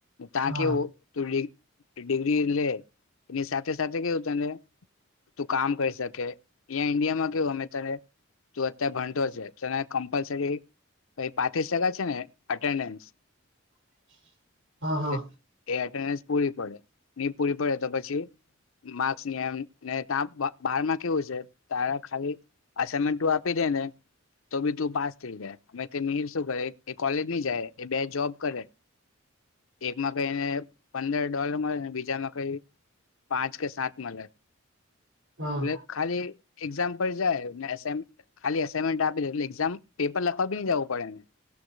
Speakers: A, on the left (about 80°); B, on the right (about 70°).
A: તા
B: હા
A: કેવુ <unintelligible> ડિગ્રી લે એની સાથે સાથે કેવું તને તું કામ કરી શક કે અહીં ઇન્ડિયામાં કેવું અમે તને તું અત્યારે ભણતો છે ત કમ્પલસરી કઈ પાંત્રીસ ટકા છે ને અટેન્ડન્સ
B: <unintelligible> હા હા
A: કે એ અત્યારે પૂરી પડે ની પૂરી પડે તો પછી માર્ક ની આવે ને તા બ બારમાં કેવુ છે તારા ખાલી અસાઇમેન્ટ આપી દે ને તો બી તું પાસ થઈ જાય મેં કે નીર શું કરે એ કોલેજ ની જાય એ બે જોબ કરે. એકમાં કઈ એને પંદર ડોલર મળે બીજામાં કઈ પાંચ કે સાત મલે.
B: હા
A: લે ખાલી એક્ઝામ પર જાય ને એસાઈ મેન્ટ ખાલી એસાઈમેન્ટ આપી દે એક્ઝામ પેપર લખવા બી ન જવું પડે ને.